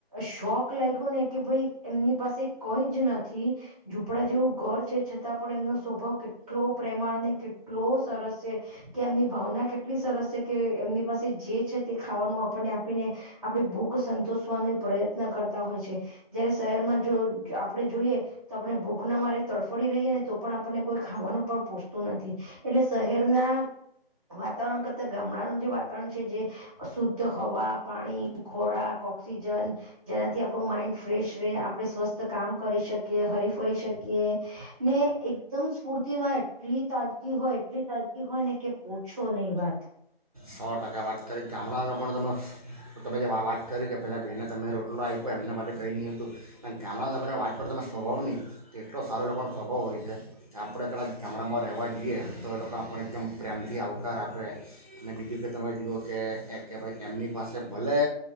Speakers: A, in the centre; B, on the right.
A: શોખ લાગ્યો ને કે ભાઈ એમની પાસે કોઈ જ નથી ઝૂપડા જેવું ઘર છે છતાં પણ એમનો સ્વભાવ કેટલો પ્રેમાળને કેટલો સરસ છે કે એમની ભાવના કેટલી સરસ છે કે એમની પાસે જે છે તે ખાવાનું આપણને આપીને આપણી ભૂખ સંતોષવાનો પ્રયત્ન કરતા હોય છે જયારે શહેરમાં જો આપણે જોઈએ તો આપણે ભૂખના મારે તડફડી રહીએ ને તો પણ આપણને કોઈ ખાવાનું પણ પોસતું નથી એટલે શહેરના વાતાવરણ કરતા ગામડાનું જે વાતાવરણ છે જે શુદ્ધ હવા પાણી ખોરાક ઓક્સિજન જેનાથી આપણું માઈન્ડ ફ્રેશ રહે આપણે સ્વસ્થ કામ કરી શકીએ કે હરી ફરી શકીએ ને એકદમ સ્ફૂર્તિ માં એટલી તાજગી હોય એટલી તાજગી હોય ને કે પૂછો નને એ વાત
B: સો ટકા વાત કરી ગામડાના લોકોને તમે તમે જે વાત કરી કે પહેલાં બહેને તમે રોટલો આપ્યો એમનેાછલે કહી નહીં હતું પણ ગામડાના લોકોને વાત કર તમે સ્વભાવ નહીં તો એટલો સારો લોકોનો સ્વભાવ હોય છે આપણે કદાચ ગામડામાં રહેવા જઈએ તો એ લોકો આપને એકદમ પ્રેમથી આવકાર આપે અને બીજું કે તમામે જુક કે એ કે ભાઈ એમની પાસે ભલે